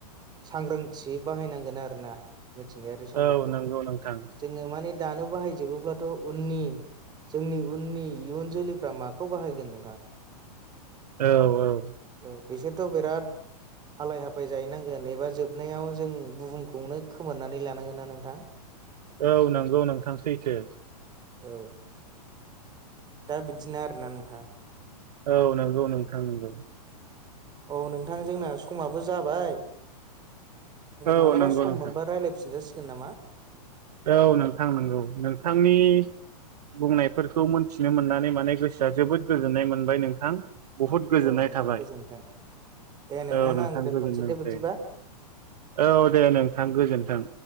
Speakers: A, on the right; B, on the right.
A: सांग्रांथि बाहायनांगोन आरोोना मिथिंगायारि सम्पदखौ
B: औ नंगौ नोंथां
A: जोङो माने दानो बाहायजोबोब्ला न जोंनि उननि इयुन जोलैफ्रा माखौ बाहायगोन नोंथां <inaudible>
B: औ औ
A: औ बिसेरथ' बिराद हालाय हाफाय जाहैनांगोन एबा जोबनायाव जों बुहुमखौनो खोमोरनानै लानांगोन ना नोंथां
B: औ नंगौ नोंथांसैथो
A: औ दा बिदिनो आरोना नोंथां
B: औ नंगौ नोंथां नोंगौ
A: औ नोंथां जोंना समाबो जाबाय
B: औ
A: मालाबा
B: नंगौ
A: सम
B: नोंथां
A: मोनबा रायजलायफिन जाासिगोन नामा
B: औ नोंथां नंगौ नोंथांनि बुंनायफोरखौ मोनथिनो मोननानै माने गोसोआ जोबोद गोजोननाय मोनबाय नोंथां बहुद गोजोननाय
A: औ नोंथां
B: थाबाय
A: गोजोन्थों दे
B: औ नोंथां
A: आं दोनथ'नोसै
B: गोजोनथोंसै
A: दे बिदिबा
B: औ दे नोंथां गोजोन्थों